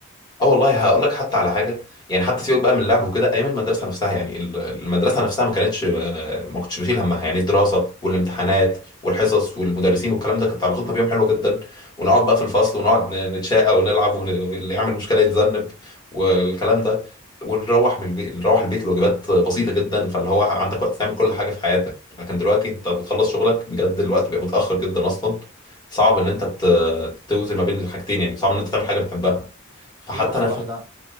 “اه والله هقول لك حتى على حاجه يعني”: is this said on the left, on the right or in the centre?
Left